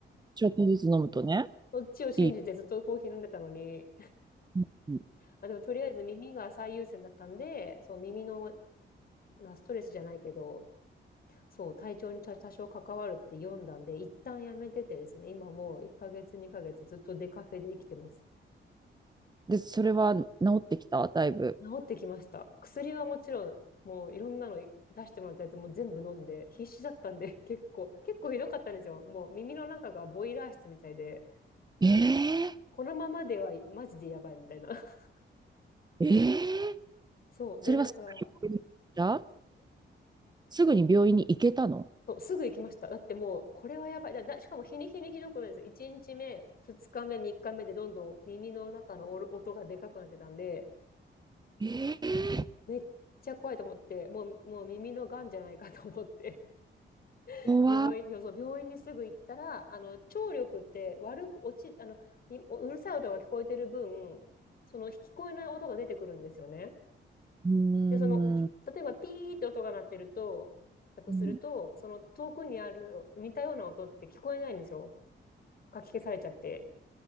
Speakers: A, on the right (about 20°); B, on the left (about 50°).
A: ちょっとずつ飲むとね。
B: そっちを信じてずっとコーヒー飲んでたのに、
A: いい。うん
B: あ、でもとりあえず耳が最優先だったんで、その耳の、まあ、ストレスじゃないけど、そう、体調に多多少関わるって読んだんで、一旦やめててですね、今もう1ヶ月、2ヶ月ずっとデカフェで生きてます。
A: で、それは治ってきただいぶ。
B: 治ってきました。薬はもちろん、もういろんなの出してもらったやつも全部飲んで、必死だったんで、<laughs> 結構、結構ひどかったんですよ。もう耳の中がボイラー室みたいで、
A: えー、
B: このままではマジでやばいみたいな。<laughs>
A: えー、
B: そう。
A: それはすぐに病院に行った
B: で、なんか、ん
A: すぐに病院に行けたの
B: そうすぐ行きました。だってもう、これはやばい。だ、だ、しかも日に日にひどくないんですよ。1日目、2日目、3日目でどんどん耳の中のお音がでかくなってたんで、
A: えー、
B: めっちゃ怖いと思って、もう、もう耳のがんじゃないかと思って、<laughs>
A: 怖っ。
B: 病院、病そう病院にすぐ行ったら、あの、聴力って悪く落ち、あの、にうるさい音が聞こえてる分、その聞こえない音が出てくるんですよね。
A: うー
B: で、その、ちょ例えばピーって音が鳴ってると、
A: ん。
B: だとすると、
A: うん
B: その遠くにある似たような音って聞こえないんですよ。かき消されちゃって。